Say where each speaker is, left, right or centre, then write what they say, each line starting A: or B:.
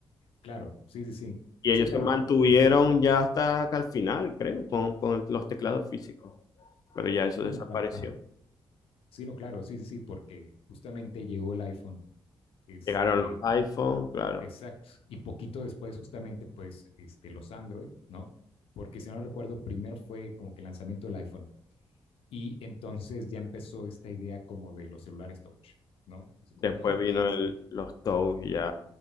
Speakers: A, on the left; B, on the left.
A: claro, sí, sí, sí,
B: Y
A: sí,
B: ellos
A: claro
B: se mantuvieron
A: que, ajá,
B: ya hasta acá al final, creo, con, con los teclados físicos. Pero ya eso
A: sí,
B: desapareció.
A: no, claro, ajá. Sí, no, claro, sí, sí, sí, porque justamente llegó el iPhone, este,
B: Llegaron los iPhone, claro.
A: exacto, y poquito después justamente, pues, este, los Android, ¿no? Porque si no recuerdo, primero fue como que el lanzamiento del iPhone y entonces ya empezó esta idea como de los celulares touch, ¿no? Así
B: Después
A: como de, oye, pues,
B: vino
A: ¿sabes
B: el-
A: qué?
B: los Toads ya